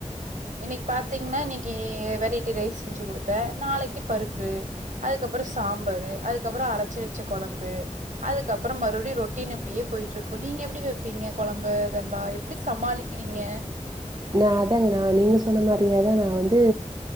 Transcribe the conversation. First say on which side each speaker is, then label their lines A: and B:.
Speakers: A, on the right; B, on the right.
A: இன்னிக்கு பாத்தீங்கனா இன்னிக்கு வெரைட்டி ரைஸ் செஞ்சு குடுத்த நாளைக்கு பருப்பு ப்பு அதுக்கப்பற சாம்பரு அதுக்கப்பற அரச்சு வச்ச கொழம்பு அதுக்கப்ற மறுபடி ரொட்டின் இப்டியே போய்ட்டு இருக்கு நீங்க எப்டி வப்பீங்க கொழம்பு இதெல்லா எப்டி சமாளிக்கிறீங்க
B: நா அதாங்க நா நீங்க சொன்ன மாரியேதா நா வந்து